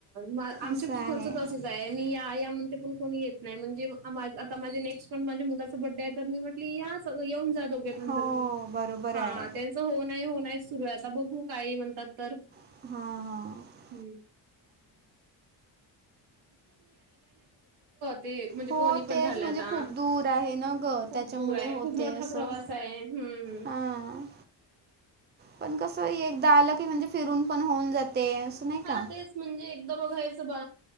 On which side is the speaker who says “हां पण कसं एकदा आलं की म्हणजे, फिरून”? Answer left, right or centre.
Right